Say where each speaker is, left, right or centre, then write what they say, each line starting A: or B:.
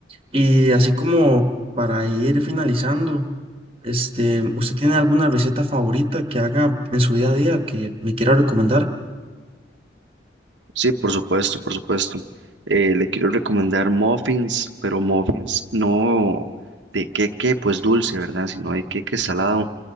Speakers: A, on the right; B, on the right.
A: Y así como para ir finalizando, este, ¿usted tiene alguna receta favorita que haga en su día a día que me quiera recomendar?
B: Sí, por supuesto, por supuesto. Eh, le quiero recomendar muffins, pero muffins no de queque, pues dulce, ¿verdad? Sino de queque salado